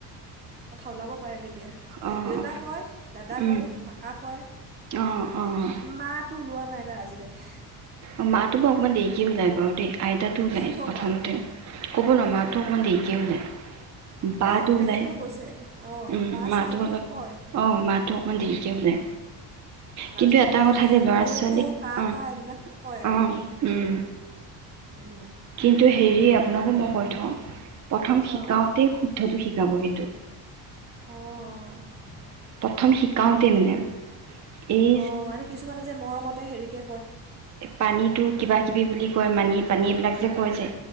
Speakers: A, on the right; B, on the right.
A: কথা ওলাব পাৰে তেতিয়া এতিয়া
B: অ',
A: দেউতা, কয় দাদাকয়,
B: উম,
A: কাকা কয়,
B: অ', অ',
A: মাটো ও লোৱা নাই আৰু আজিলৈকে
B: অঁ মাটো বা অলপ দেৰিকৈ ওলায় বাৰু দেই আইতাটো ওলায়
A: কিয়
B: প্ৰথমতে
A: বা
B: ক'বলৈ'মাক মোৰ অকনমান দেৰিকৈ ওলাই বাটো
A: নাই বেলেগেও
B: ওলাই
A: কৈছে অঁ
B: উম
A: বা চা
B: মাটো
A: সেইবিলাক
B: অলপ
A: কয়
B: অঁ মাটো অকমান দেৰিকে ওলাই
A: আৰু তাৰপিছত
B: কিন্তু এটা কথা
A: সেয়া
B: দ ল'ৰা
A: ভৌ
B: ছোৱালীক
A: ভৌ কা
B: অঁ
A: কা এইবিলাক কয়
B: অঁ
A: আৰু
B: উম,
A: উম,
B: কিন্তু হেৰি হি আপোনাকো মই কৈ থওঁ প্ৰথম শিকাওতেই
A: অঁ
B: শুদ্ধটো শিকাব কিন্তু
A: অঁ
B: প্ৰথম শিকাওতে মানে এই
A: অ এনে কিছুমানে যে মৰমতে হেৰিকে।
B: পানীতো কিবা কিবি বুলি কয় মানি পানী এইবিলাক যে কৈ যে